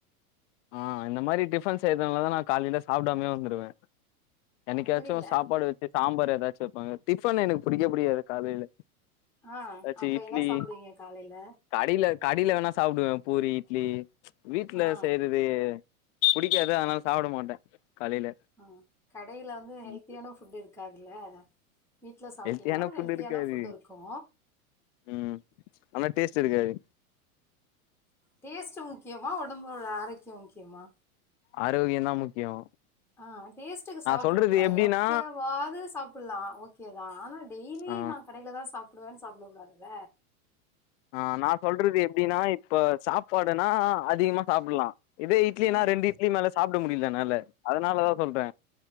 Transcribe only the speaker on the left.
அ இந்த மாரி டிஃபன் செய்தனாலதா நா காலையில சாப்டாமயே வந்துருவ என்னிக்காச்சோ
சாப்பாடு வச்சு சாம்பார் எதாச்சு வெப்பாங்க டிஃபன் எனக்கு புடிக்கே புடிக்காது காலையில
ஏதாச்சு
இட்லி
கடையில கடையில வேணா சாப்டுவ பூரி இட்லி வீட்ல
வே புடிக்காது அன்னால சாப்ட மாட்ட காலையில
ம்.
ஹெல்த்தியான ஃபுட்
இருக்காது
ம் ஆனா டேஸ்ட்டு இருக்காது
ஆரோக்கியோந்தா முக்கியோ
நா
சொல்றது
எப்டின்னா
ஆ
ஆ நா சொல்றது எப்டின்னா இப்ப சாப்பாடுன்னா அதிகமா சாப்புல்லா இதே இட்லின்னா
ரெண்டு இட்லி மேல சாப்ட முடில என்னால அதனாலதா சொல்ற